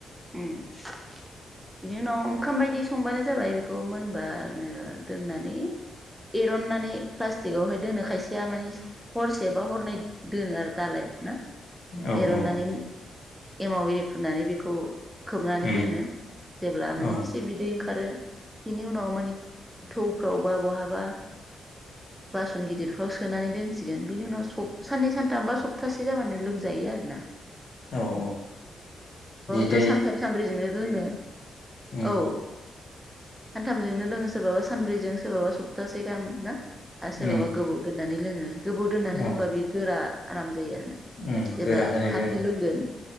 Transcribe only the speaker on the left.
औ
औ औ
उम
औ
औ औ बिद
उम
उम
औ
उम
गोरा जाहैबाय
आरो